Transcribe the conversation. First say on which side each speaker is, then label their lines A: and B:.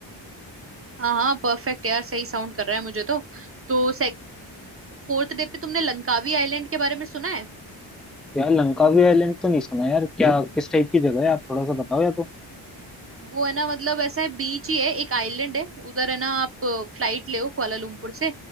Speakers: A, on the right; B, in the centre.
A: हाँ हाँ परफेक्ट यार सही साउंड कर रहा है मुझे तो तो फोर्थ डे पे तुमने लंकावी आइलैंड के बारे में सुना है
B: यार लंकावी आइलैंड तो नहीं सुना यार क्या किस टाइप की जगह है आप थोड़ा सा बताओ या तो
A: वो है ना मतलब ऐसा है बीच ही है एक आइलैंड है उधर है ना आप फ्लाइट ले हो कुआलालंपुर से